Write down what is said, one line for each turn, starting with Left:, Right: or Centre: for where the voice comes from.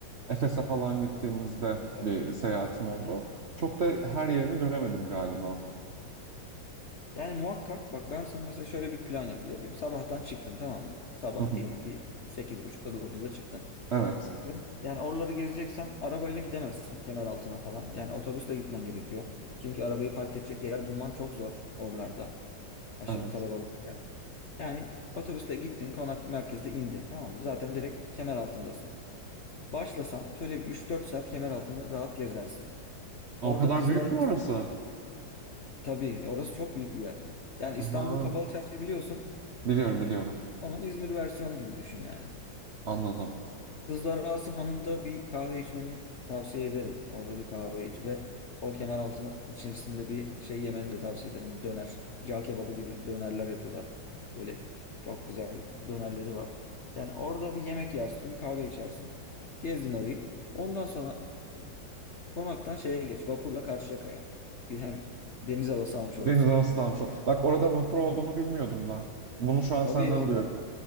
Right: Efes'e falan gittiğimizde
Left: Evet.
Right: bir seyahatim oldu. Çok da her yerini göremedim galiba.
Left: Yani muhakkak bak ben sana mesela şöyle bir plan yap- yapayım. Sabahtan çıktın tamam mı? Sabah
Right: Hı hı.
Left: diyelim ki sekiz buçukta dokuzda çıktın.
Right: Evet,
Left: Ve yani oraları gezeceksen arabayla gidemezsin kemer altına falan. Yani otobüsle gitmen gerekiyor. Çünkü arabayı park edecek yer bulman çok zor oralarda. Aşırı
Right: evet.
Left: kalabalık bir yer. Yani otobüsle gittin konak merkezde indin tamam mı? Zaten direkt kemer altındasın. Başlasan şöyle bir üç dört saat kemer altını rahat gezersin.
Right: O
Left: Orada
Right: kadar
Left: kızlar
Right: büyük
Left: arasında
Right: mü orası?
Left: tabii orası çok büyük bir yer. Yani
Right: Aha,
Left: İstanbul Kapalı Çarşı biliyorsun.
Right: biliyorum biliyorum.
Left: Onun İzmir versiyonu gibi düşün yani.
Right: Anladım.
Left: Kızlar Ağası Hanı'nda bir kahve içmeni tavsiye ederim. Orada bir kahve iç ve o Kemeraltı içerisinde bir şey yemeni de tavsiye ederim. Döner. Cağ kebabı gibi dönerler yapıyorlar. Böyle çok güzel dönerleri var. Yani orada bir yemek yersin, bir kahve içersin. Gezdin orayı. Ondan sonra konaktan şeye geç, vapurla Karşıyaka'ya. Bir hem deniz havası almış
Right: Deniz
Left: olursun.
Right: arası dalmış. o- Bak orada vapur olduğunu
Left: Aha.
Right: bilmiyordum ben. Bunu şu an
Left: Tabii
Right: senden
Left: orada
Right: duyuyorum.